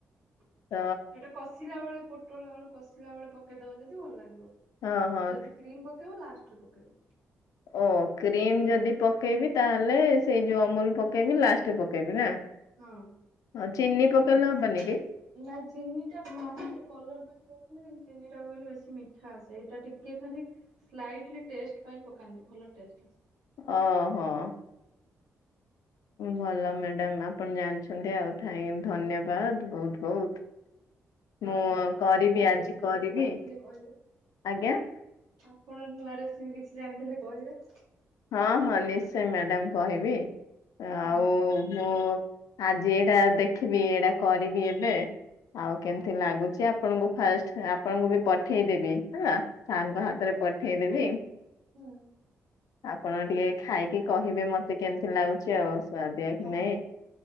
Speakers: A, on the right; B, on the left.
A: ସେଇଟା
B: ତ
A: କସ୍ କଷିଲା ବେଳେ ପୋଟଳ ଆଳୁ କଷିଲା ବେଳେ ପକେଇଦବ ଯଦି ଭଲ ଲାଗିବ।
B: ହଁ ହଁ।
A: କ୍ରିମ୍ ପକେଇବ ଲାଷ୍ଟରେ ପକେଇବ।
B: ଓ କ୍ରିମ୍ ଯଦି ପକେଇବି ତାହେଲେ ସେଇ ଯୋଉ ଅମୁଲ୍ ପକେଇବି ଲାଷ୍ଟରେ ପକେଇବି ନା।
A: ହଁ
B: ହଁ ଚିନି ପକେଇଲେ
A: ଆ ଯୋଉ
B: ହବନି କି
A: ନା ଚିନି ଟା ଭାହାରିକି କଲର ପାଇଁ ସେ କହୁଚନି ଚିନି ଟାକୁ କହିଲଲେ ବେଶୀ ମିଠା ଆସେ ଏଇଟା ଟିକେ ଖାଲି ସ୍ଲାଇଟଲି ଟେଷ୍ଟ ପାଇଁ ପକାନ୍ତି ଭଲ ଟେଷ୍ଟ ଆସେ।
B: ଅହ। ଭଲ
A: ହଁ।
B: ମ୍ୟାଡ଼ାମ୍ ଆପଣ ଜାଣିଛନ୍ତି ଆଉ ଥାଇଁ ଧନ୍ୟବାଦ ବହୁତ ବହୁତ।
A: ହଉ
B: ମୁଁ ଆଉ
A: ଆପଣ
B: କରିବି
A: ନୂଆ
B: ଆଜି
A: ରେସିପି
B: କରିବି
A: କିଛି ଜାଣିଥିଲେ କହିବେ
B: ଆଜ୍ଞା।
A: ଆପଣ ନୂଆ ରେସିପି ବି କିଛି ଜାଣିଥିଲେ କହିଦେବେ।
B: ହଁ ହଁ ନିଶ୍ଚୟ ମ୍ୟାଡାମ୍ କହିବି ଆଉ
A: ହଁ
B: ମୁଁ ଆଜି ଏଇଟା ଦେଖିବି ଏଇଟା କରିବି ଏବେ ଆଉ କେମିତି
A: ହଁ
B: ଲାଗୁଚି ଆପଣଙ୍କୁ ଫାଷ୍ଟ ଆପଣଙ୍କୁ ବି ପଠେଇଦେବି ହେଲା ସାର୍ ଙ୍କ ହାତରେ ପଠେଇଦେବି।
A: ହୁଁ।
B: ଆପଣ ଟିକେ ଖାଇକି କହିବେ ମତେ କେମିତି ଲାଗୁଚି ଆଉ ସୁଆଦିଆ
A: ହଁ
B: କି ନାଇଁ।